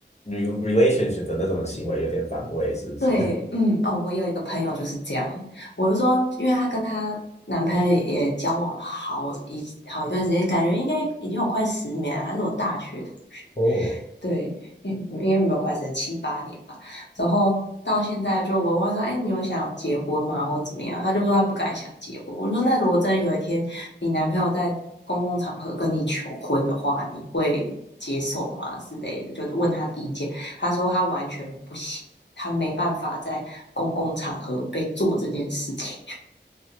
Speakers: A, on the left; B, on the left.
A: re- l a t i o n s h i p 的那种行为有点反胃，是不是？
B: 对，嗯，哦，我有一个朋友就是这样，我就说，因为她跟她男朋友也也交往了好一好一段时间，感觉应该已经有快十年了，他是我大学同学，
A: <laughs> 哦，
B: 对，因因为没有快十七八年吧，然后到现在就我问她说，哎，你有想要结婚吗，或者怎么样？他就说他不敢想结婚。我说，那如果真的有一天你男朋友在公共场合跟你求婚的话，你会接受吗？之类的，就问他的意见。他说他完全不行，他没办法在公共场合被做这件事情。